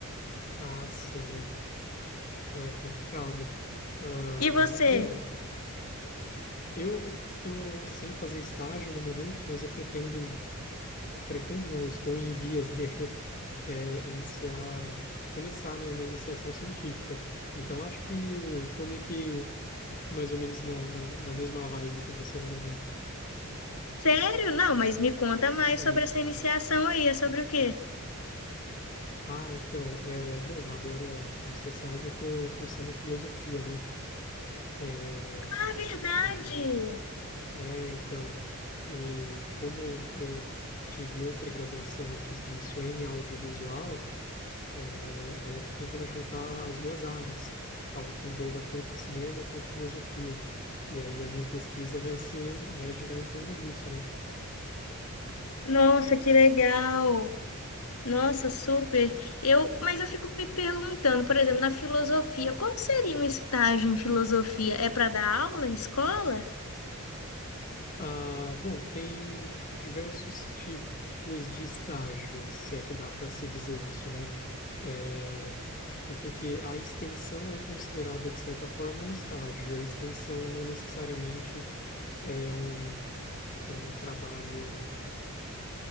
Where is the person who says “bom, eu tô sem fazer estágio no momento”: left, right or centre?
Left